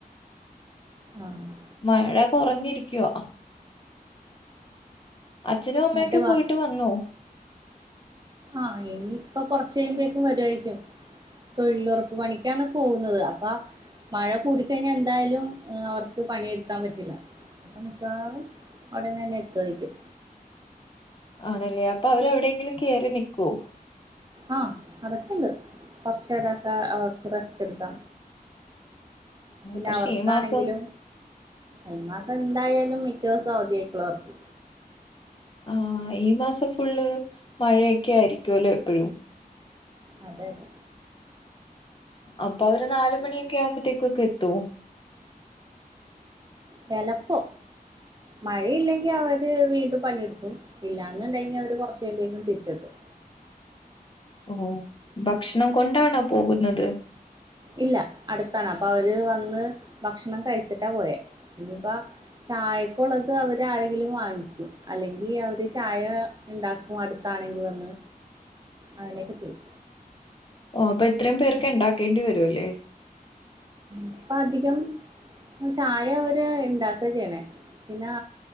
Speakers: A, on the right; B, on the left.
A: ആഹ്
B: മഴ കൊറഞ്ഞിരിക്ക്യോ അച്ഛനുംഅമ്മയൊക്കെ
A: എന്നിട്ട് വാ
B: പോയിട്ട് വന്നോ?
A: ആഹ് ഇനിയപ്പ കൊർച്ചയുമ്പേക്കും വരു ആയിക്കും. തൊഴിലുറപ്പ് പണിക്കാണ് പോവുന്നത് അപ്പ മഴ കൂടിക്കഴിഞ്ഞാ എന്തായാലും അവർക്ക് പണിയെടുക്കാ പറ്റില്ല. അപ്പൊ മിക്കവാറും ഒടനന്നെ എത്തു ആയ്ക്കും.
B: ആണല്ലേ അപ്പൊ അവരെവിടെയെങ്കിലും കേറി നിക്കോ?
A: ആഹ് അതൊക്കെണ്ട്. കൊർച്ചേരൊക്കെ അവർക്ക് റസ്റ്റ് ഇടുക്കാം. പിന്നെ
B: പക്ഷെ
A: അവർക്കാണെങ്കിലും
B: ഈ മാസം
A: ഈ മാസം എന്തായാലും മിക്കോസം അവധി ആയിക്കുള്ളൂ വർക്ക്
B: ആഹ് ഈ മാസം ഫുള്ള് മഴയൊക്കെ ആയിരിക്കൊല്ലോ എപ്പഴും
A: അതെ അതെ
B: അപ്പൊ അവര് നാല് മണിയൊക്കെ ആവുമ്പത്തേക്കൊക്കെ എത്തോ?
A: ചെലപ്പോ മഴയില്ലെങ്കി അവര് വീണ്ടും പണിയെടുക്കും. ഇല്ലാന്ന്ണ്ടെങ്കി അവര് കൊർച്ചഴുമ്പേക്കും തിരിച്ചെത്തും.
B: ഓഹ് ഭക്ഷണം കൊണ്ടാണോ പോകുന്നത്?
A: ഇല്ല അടുത്താണ് അപ്പൊ അവര് വന്ന് ഭക്ഷണം കഴിച്ചിട്ടാ പോയ ഇനി പ്പ ചായക്കുള്ളത് അവര് ആരെങ്കിലും വാങ്ങിക്കും. അല്ലെങ്കിൽ അവര് ചായ ഇണ്ടാക്കും അടുത്താണെങ്കി വന്ന്
B: <inaudible>
A: അങ്ങനൊക്കെ ചെയ്യും
B: ഓ അപ്പൊ എത്രേം പേർക്കെ ണ്ടാക്കേണ്ടി വരുല്ലേ
A: ഇപ്പ അധികം ചായ അവര് ണ്ടാക്ക ചെയ്യണേ പിന്നെ